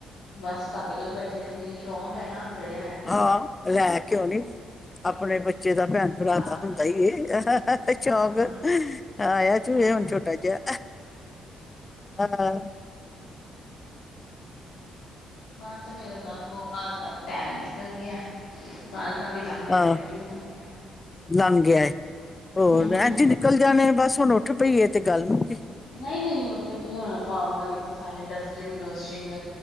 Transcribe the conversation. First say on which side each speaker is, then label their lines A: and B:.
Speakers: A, on the left; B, on the left.
A: ਬਸ ਕਾਕੇ ਕੋਲਈ ਬੈਠੀ ਰਹਦੀ ਸ਼ੌਕ ਹੈ ਨਾ। ਚੜਿਆ ਹੋਇਆ
B: ਹਾਂ ਲੈ ਕੇਉ ਨੀ ਆਪਣੇ ਬੱਚੇ ਦਾ ਭੈਣ ਭਰਾ
A: ਆਹ
B: ਦਾ ਹੁੰਦਾ ਹੀ ਏ। ਸ਼ੌਕ
A: ਹਾਂ
B: ਆਇਆ ਜੋ
A: ਹਾਂ
B: ਇਹ ਹੁਣ ਛੋਟਾ ਜਿਹਾ। ਹਾ-
A: ਬਸ ਫੇਰ ਦੱਸਗੋ ਕੱਲ ਦਾ ਟੈਮ ਨ- ਚਲ ਗਿਆ ਕੱਲ ਦਾ ਵੀ ਲੰਘ ਗਿਆ,
B: ਹਾਂ
A: ਤੇ ਅੱਜ ਵੀ ਲੰਘ ਗਿਆ
B: ਲੰਘ ਗਿਆ ਹੋਰ
A: ਹਮ
B: ਅਜੀ ਨਿਕਲ ਜਾਣੇ ਬਸ ਹੁਣ ਉੱਠ ਪਈ ਤੇ ਗੱਲ ਮੁਕੀ-
A: ਨਹੀਂ ਨਹੀਂ ਉਹ ਤਾਂ ਹੋ ਕੋ ਆਮ ਵਾਲੀ ਕੋ ਸਾਰੇ ਡਸਟਿੰਗ ਡੋਸਟਿੰਗ